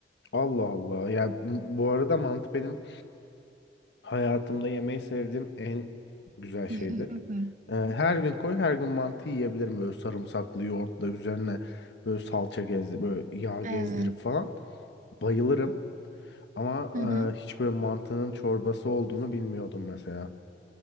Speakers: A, on the left; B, on the right.
A: Allah Allah. Ya m- bu arada mantı benim hayatımda yemeyi sevdiğim en güzel
B: <laughs>
A: şeydir. Ee, her gün koy, her gün mantı yiyebilirim böyle sarımsaklı yoğurtla üzerine böyle salça gezdir, böyle yağ
B: Evet.
A: gezdirip falan. Bayılırım. Ama
B: Hı hı.
A: e, hiç böyle mantının çorbası olduğunu bilmiyordum mesela.